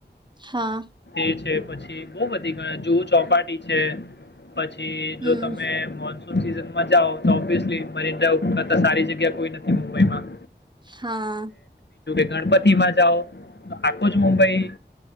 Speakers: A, on the right; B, on the left.
A: હા
B: એ છે. પછી બહુ બધી ગ જુહુ ચોપાટી છે. પછી
A: હમ
B: જો તમે મોજ. સીઝન માં જાઓ તો ઓબ્િયસલી મરી જ સારી જગ્યા કોઈ નથી મુંબઈ માં
A: હા
B: ગણપતિ માં જાઓ તો આખો જ મુંબઈ